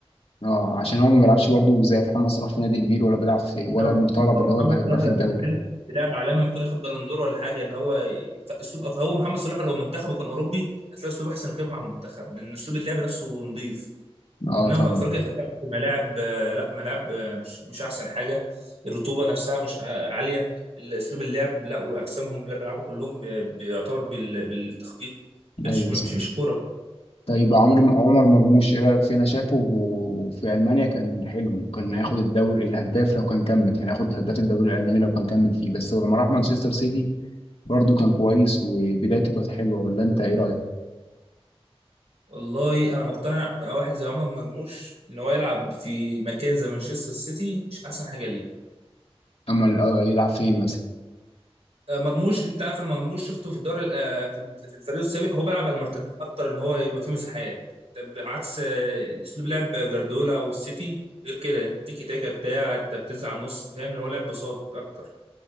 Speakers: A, on the left; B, on the right.
A: اه عشان هو ما بيلعبش برضه زي محمد صلاح في نادي كبير ولا بيلعب في ولا
B: انما
A: مطالب اللي
B: محمد
A: هو يبقى هداف
B: صلاح لما
A: الدوري
B: بيتكلم في لاعب عالمي ممكن ياخد بالون دور ولا حاجه ان هو ي- فاسلوب هو محمد صلاح لو منتخبه كان اوروبي هتلاقي اسلوب احسن كده مع المنتخب لان اسلوب اللعب نفسه نظيف
A: اه
B: انما
A: طبعا
B: في افريقيا انت بتلعب في ملاعب آه، لا ملاعب آه، مش مش احسن حاجه الرطوبه نفسها مش آه، عاليه اسلوب اللعب لا واجسامهم لا بيلعبوا كلهم بي- بيعتبر بال- بالتخبيط مش
A: ايوه
B: مش
A: صح
B: مش كوره
A: طيب عمر عمر مرموش ايه رايك فيه انا شايفه في المانيا كان حلو وكان هياخد الدوري الهداف لو كان كمل كان هياخد هداف الدوري الالماني لو كان كمل فيه بس لما راح مانشستر سيتي برضه كان كويس وبدايته كانت حلوه ولا انت ايه رايك
B: والله انا مقتنع واحد زي عمر مرموش ان هو يلعب في مكان زي مانشستر سيتي مش احسن حاجه ليه
A: اما ال- آه، يلعب فين مثلا
B: آه، مرموش انت عارف ان مرموش شفته في الدوري ال- آه، في في الفريق السابق هو بيلعب على المرتدات اكتر ان هو يبقى فيه مساحات طب عكس آه، اسلوب لعب جاردولا والسيتي غير كده التيكي تاكا بتاع انت بتنزل على النص فاهم اللي هو لعب بساط اكتر